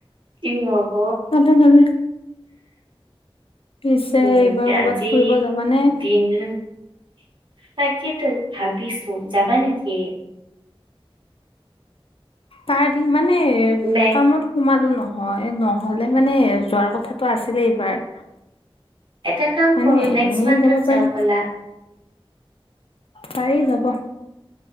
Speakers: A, on the right; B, on the left.
A: কি হব
B: তাতে নাযায়। পিছে
A: উম
B: এইবাৰ
A: এতিয়া
B: কৰবাত
A: আজি
B: ফুৰিব যাবানে?
A: <unintelligible> তাকেটো ভাবিছো যাবা নেকি?
B: তাৰ সিমানে
A: মে
B: কামত সোমালো নহয় নহ'লে মানে যোৱাৰ কথাটো আছিলে এইবাৰ।
A: এটা কাম
B: মানে
A: কৰো নেক্সট
B: এনে
A: মান্থত
B: যাব পাৰি।
A: যাওঁ ব'লা।
B: পাৰি যাব।